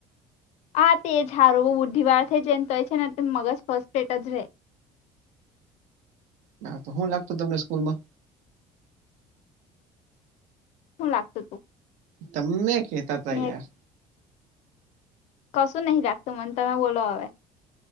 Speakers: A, on the left (about 60°); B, on the right (about 75°).
A: હા, તે જ હારો બહુ બુદ્ધિ વાર થઈ જ એમ તો છે ને, મગજ ફર્સ્ટેટ જ રહે.
B: ના, શું લાગતો તમને સ્કૂલ માં?
A: હું લાગતું તું.
B: તમે કેતા તા
A: મેં
B: યાર.
A: કશું નહીં રાખતું મને, તમે બોલો હવે.